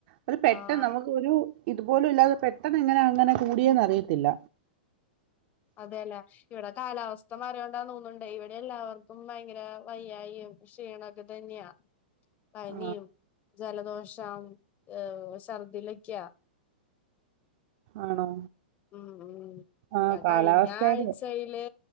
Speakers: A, on the right; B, on the left.
A: അത് പെട്ടെന്ന്
B: ആഹ്
A: നമുക്ക് ഒരു ഇതുപോലും ഇല്ലാതെ പെട്ടെന്ന് എങ്ങനാ അങ്ങനെ കൂടിയേന്ന് അറിയത്തില്ല.
B: അതേ ലൊ ഇവിടെ കാലാവസ്ഥ മാറ്യോണ്ടാ തോന്ന്ണ്ടെ. ഇവിടെ എല്ലാവർക്കും ഭയങ്കര വയ്യായിം ക്ഷീണൊക്കെ തന്ന്യെ. പനിം
A: ആ
B: ജലദോഷം ഏഹ് ഛർദിനിക്ക്യ
A: ആണോ
B: ഉം ഉം
A: ആ
B: ഞാൻ
A: കാലാവസ്ഥയുടെ
B: കഴിഞ്ഞാ ആഴ്ചയില്